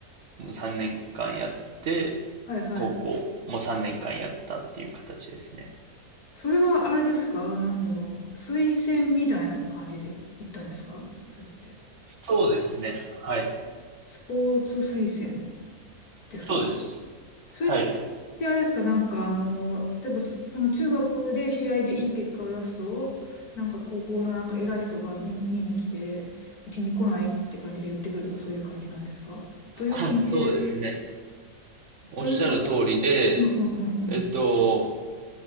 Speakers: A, on the right; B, on the left.
A: 3年間やって、
B: はいはいはい。
A: 高校も3年間やったっていう形ですね。
B: それはあれですかなんだろう。推薦みたいな感じで行ったんですかそれって。
A: そうですね。はい。
B: スポーツ推薦ですか
A: そうです。
B: それっ
A: はい。
B: てあれですか、なんかあの、例えばその中学で試合でいい結果を出すと、なんか高校のなんか偉い人が見、見に来て、うちに来ないって感じで言ってくるとかそういう感じなんですかどういう感じで、
A: <clears throat> あそうですね。おっしゃる通りで、
B: どういうか、うんうんうんうん。
A: えっと、